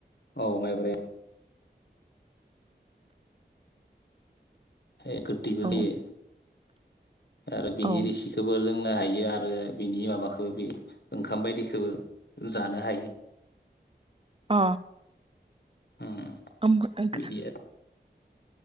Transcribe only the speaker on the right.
औ
औ
अ।
ओम-ओग।